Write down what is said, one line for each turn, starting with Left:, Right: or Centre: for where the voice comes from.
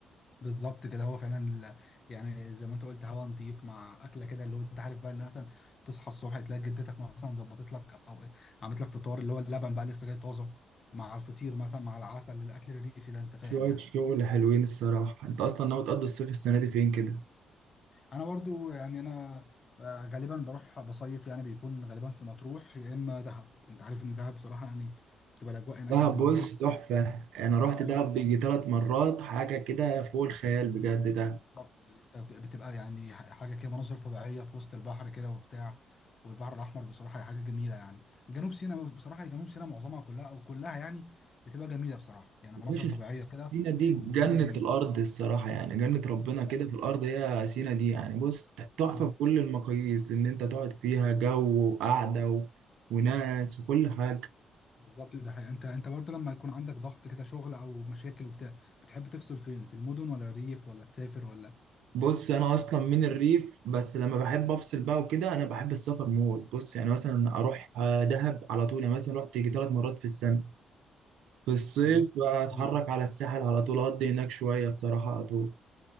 Left: بالظبط كده هو فعلا ال- يعني زي ما انت قلت هوا نضيف مع اكله كده اللي هو انت عارف بقى ان مثلا تصحى الصبح تلاقي جدتك مثلا ظبطت لك او عملت لك فطار اللي هو اللبن بقى لسه جاي طازه مع الفطير مثلا مع العسل الاكل الريفي ده انت فاهم
Right: شوية
Left: يعني
Right: شغل حلوين الصراحة انت اصلا ناوي تقضي الصيف السنة دي فين كده
Left: انا برضو يعني انا آه، غالبا بروح بصيف يعني بيكون غالبا في مطروح يا اما دهب انت عارف ان دهب بصراحه يعني بتبقى الاجواء هناك
Right: دهب
Left: يعني
Right: بص
Left: مناظر
Right: تحفة انا رحت
Left: اه
Right: دهب بيجي ثلاث مرات حاجة كده فوق الخيال بجد ده
Left: بالظبط يعني انت بت- بتبقى يعني ح- حاجه كده مناظر طبيعيه في وسط البحر كده وبتاع والبحر الاحمر بصراحه هي حاجه جميله يعني جنوب سيناء بصراحه جنوب سيناء معظمها كلها او كلها يعني بتبقى جميله بصراحه يعني مناظر
Right: باشا
Left: طبيعيه كده
Right: سينا دي
Left: والدنيا
Right: جنة
Left: جميله
Right: الارض الصراحة يعني جنة ربنا كده
Left: بالظبط
Right: في الارض
Left: ده حقيقه
Right: هي سينا دي يعني بص تحفة
Left: بالظبط
Right: بكل المقاييس ان انت تقعد فيها جو وقعدة و... وناس وكل حاجة
Left: بالظبط ده حقيقه انت انت برضه لما يكون عندك ضغط كده شغل او مشاكل وبتاع بتحب تفصل فين في المدن ولا الريف ولا تسافر ولا
Right: بص انا اصلا من الريف بس لما بحب افصل بقى وكده انا بحب السفر موت بص يعني مثلا اروح آه، دهب على طول يعني مثلا رحت يجي ثلاث مرات في السنه في الصيف
Left: تمام
Right: اتحرك
Left: حلو ده.
Right: على الساحل على طول اقضي هناك شويه الصراحه على طول